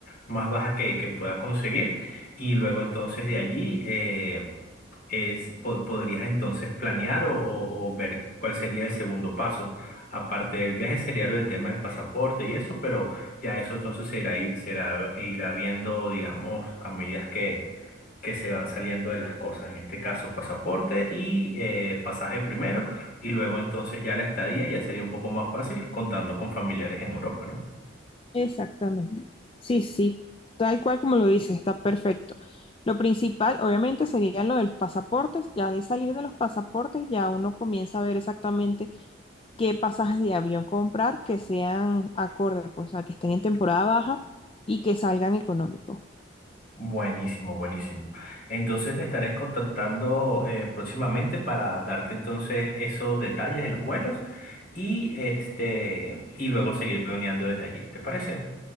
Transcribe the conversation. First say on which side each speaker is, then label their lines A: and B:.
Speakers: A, on the left (about 45°); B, on the left (about 25°).
A: más bajas que, que pueda conseguir. Y luego entonces de allí... eh, es- po- podrías entonces planear o, o- o ver cuál sería el segundo paso. Aparte del viaje sería el tema del pasaporte y eso, pero ya eso entonces se irá, i- será- irá viendo, digamos, a medida que, que se van saliendo de las cosas. En este caso, pasaporte y eh, pasaje primero, y luego entonces ya la estadía ya sería un poco más fácil contando con familiares en Europa, ¿no?
B: Exactamente. Sí, sí, tal cual como lo dices, está perfecto. Lo principal, obviamente, sería lo de los pasaportes. Ya al salir de los pasaportes, ya uno comienza a ver exactamente qué pasajes de avión comprar que sean acorde, pues, a que estén en temporada baja y que salgan económicos.
A: Buenísimo, buenísimo. Entonces te estaré contactando eh, próximamente para darte entonces esos detalles de los vuelos y este y luego seguir planeando desde allí. ¿Te parece?